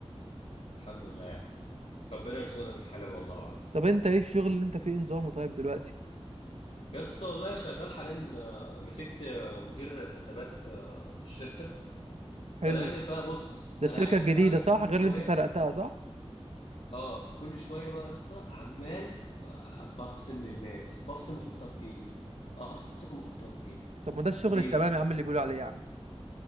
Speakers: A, on the left; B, on the right.
A: الحمد لله يعني. ربنا يرزقنا بالحلال والله العظيم
B: طب انت ايه الشغل اللي انت فيه إيه نظامه طيب دلوقتي
A: يا اسطى والله شغال حاليا آه، مسكت آه، مدير الحسابات آه، في الشركه
B: حلو
A: فانا قادر بقى بص
B: ده
A: انا
B: الشركه
A: قاعد
B: الجديده
A: بقى يا اسطى
B: صح
A: كل
B: غير
A: شويه
B: اللي انت سرقتها صح
A: اه كل شويه بقى يا اسطى عمال آه، بخصم للناس بخصم واحطها في جيبي اخصم واحطها في جيبي
B: طب ما ده الشغل
A: ليه؟
B: التمام يا عم اللي بيقولوا عليه يا عم